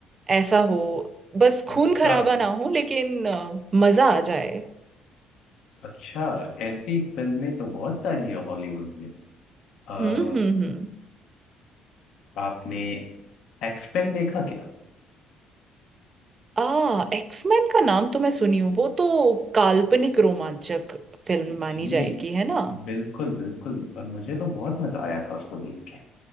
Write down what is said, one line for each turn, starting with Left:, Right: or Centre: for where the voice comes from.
Right: ऐसा हो बस खून
Left: अच्छा
Right: खराबा ना हो लेकिन अ, मजा आ जाए
Left: अच्छा ऐसी फिल्में तो बहुत सारी है हॉलीवुड में अ,
Right: हम्म हम्म हम्म
Left: आपने एक्सपेन देखा क्या
Right: आ एक्समैन का नाम तो मैं सुनी हूँ वो तो काल्पनिक रोमांचक फिल्म
Left: जी
Right: मानी जाएगी है ना
Left: बिल्कुल बिल्कुल और मुझे तो बहुत मजा आया था उसको देख के